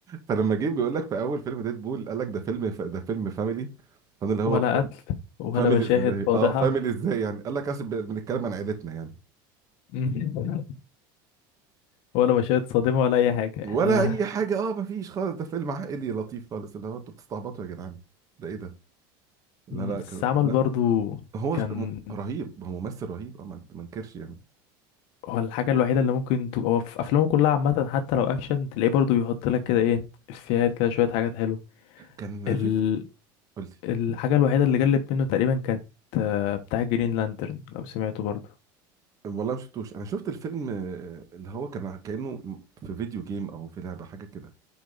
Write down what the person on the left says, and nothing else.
ولا قتل ولا
مشاهد
فاضحة
مم. <laughs> ولا مشاهد صادمة ولا أي حاجة
احنا
مم،
بس
عمل
برضو
كان
هو الحاجة الوحيدة اللي ممكن تبقى هو في أفلامه كلها عامة حتى لو أكشن تلاقيه برضو بيحط لك كده إيه إفيهات كده شوية حاجات حلوة
ال...
الحاجة الوحيدة اللي جلت منه تقريبا كانت آه، بتاع جرين لانترن لو سمعته برضو